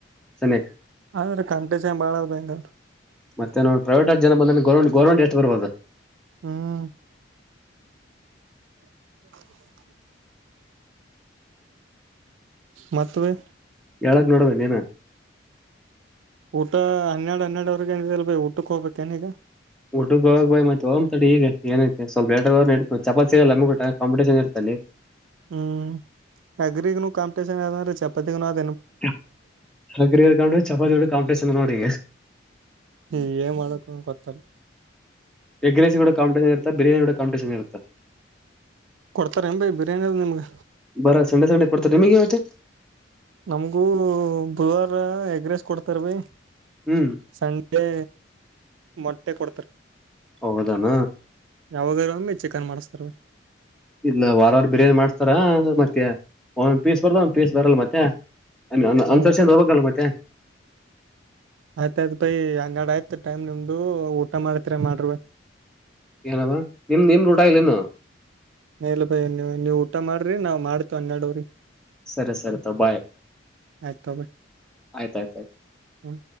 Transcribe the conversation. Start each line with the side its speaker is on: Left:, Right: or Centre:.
Centre: ಸಮಯಕ.
Right: ಆದ್ರೆ ಕಾಂಪಿಟೇಷನ್ ಬಾಳ ಅದ ಹೆಂಗಂದ್ರ
Centre: ಮತ್ತೆ ನೋ ಪ್ರೈವೇಟ್ ಅಷ್ಟ್ ಜನ ಬಂದ. ಗೌರ್ಮಂ ಗರ್ಮಂಟ್ ಎಷ್ಟುರ್ಬೋದು.
Right: ಹ್ಮ್. ಹ <inaudible> ಮತ್ತೆ ಬೈ.
Centre: ಹೇಳಕ್ ನೋಡ್ಬೇಕ ನೀನು
Right: ಊಟ ಹನ್ನೆರಡು ಹನ್ನೆರಡ್ವರೆಗ ಏನಿದೆ ಅಲ್ ಭ ಊಟಕ್ಕೆ ಹೋಗ್ಬೇಕೇನ್ ಈಗ
Centre: <unintelligible> <unintelligible>
Right: ಹ್ಮ್ ಅಗ್ರಿಗ್ನು ಕಾಂಪಿಟೇಷನ್ ಯಾವದ್ರೆ ಚಪಾತಿಗ <unintelligible>
Centre: <unintelligible> ಚಪಾತಿ ಕಾಂಪಿಟಷನ್ ನೋಡಿ
Right: ಹ್ಮ ಏನ್ ಮಾಡಕ ಗೊತ್ತಲ್ಲ
Centre: ಎಗ್ ರೈಸ ಕೂಡ ಕಾಂಪಿಟೇಷನ್ ಇರುತ್ತ ಬಿರಿಯಾನಿ ಕೂಡ ಕಾಪಿಟೇಷನ್ ಇರುತ್ತೆ
Right: ಕೊಡ್ತಾರೆ ಬೈ ಬಿರಿಯಾನಿ ಅದು ನಿಮ್ಗೆ
Centre: ಬರ ಸಂಡೆ ಸಂಡೆ ಕೊಡ್ತಾರೆ ನಿಮಗೆ ಮತ್ತೆ
Right: ನಮಗೂ ಬರ ಎಡ್ರೆಸ್ ಕೊಡ್ತಾರ ಬೈ
Centre: ಹ್ಮ್
Right: ಸಂಡೇ ಮೊಟ್ಟೆ ಕೊಡ್ತಾರ
Centre: ಹೌದಾನ
Right: ಯಾವಾಗ <unintelligible> ಚಿಕನ್ ಮಾಡಿಸ್ತಾರೆ
Centre: ಇಲ್ಲ ವಾರವಾರ ಬಿರಿಯಾನಿ ಮಾಡ್ತಾರ ಮತ್ತೆ ಒಂದ್ ಪೀಸ್ ಬರ್ದ ಒಂದ್ ಪೀಸ್ ಬರಲ್ಲ ಮತ್ತೆ <unintelligible>
Right: ಹ
Centre: ಅರ್ಷಿಂದ ಹೋಗಬೇಕಲ್ಲ ಮತ್ತೆ
Right: ಆಯ್ತಾಯಯ್ತು ಬೈ ಅಂಗಾಡ ಆಯ್ತು ಟೈಮ್ ನಿಮ್ದು ಊಟ ಮಾಡ್ತಿರಿ ಮಾಡ್ರ ಬೈ
Centre: <unintelligible> ಏನವಾ ನಿಮ್ ನಿಮ್ ಊಟ ಇನ್ನು
Right: ಎಲ್ಲಾ ಬೈ ನೀ ನೀವವು ಊಟ ಮಾಡ್ರಿ ನಾವ್ ಮಾಡ್ತೇ ಹನ್ನೆರಡವ್ರಿ
Centre: ಸರಿ ಸರಿ ಬಾಯ್
Right: ಆಯ್ತ ಬೈ
Centre: ಆಯ್ತ ಆಯ್ತ ಆಯ್ತು
Right: ಹ್ಮ್